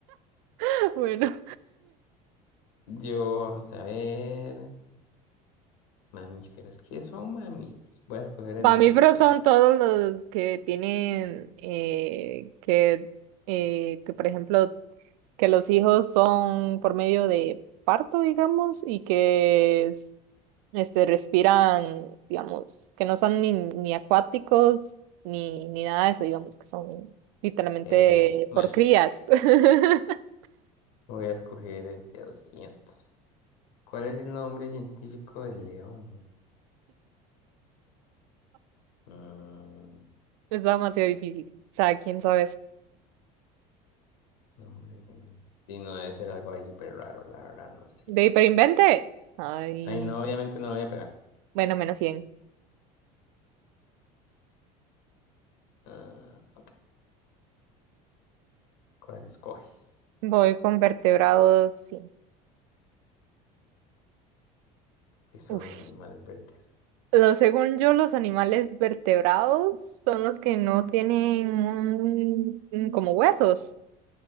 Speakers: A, on the right; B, on the left.
A: <laughs> Bueno,
B: yo vamos a ver. Mamíferos. ¿Qué son mamíferos? Voy a escoger el
A: para
B: de
A: mamíferos
B: 200.
A: son todos los que tienen eh, que, eh, que, por ejemplo, que los hijos son por medio de parto, digamos, y que es- este, respiran, digamos, que no son ni, ni acuáticos ni, ni nada de eso, digamos, que son literalmente
B: Eh, bueno,
A: por crías. <laughs>
B: voy a escoger el de 200. ¿Cuál es el nombre científico del león? Mm,
A: Es demasiado difícil. O sea, ¿quién sabe
B: nombre. Y no debe ser algo ahí súper raro, la verdad, no sé.
A: ¿De hiperinvente? Ay,
B: Ay, no, obviamente no lo voy a pegar.
A: bueno, menos 100.
B: Ah, ok. ¿Cuál escoges?
A: Voy con vertebrados, sí.
B: ¿Qué son
A: Uf.
B: los animales vertebrados
A: Lo, según yo, los animales vertebrados son los que no tienen un- un- como huesos,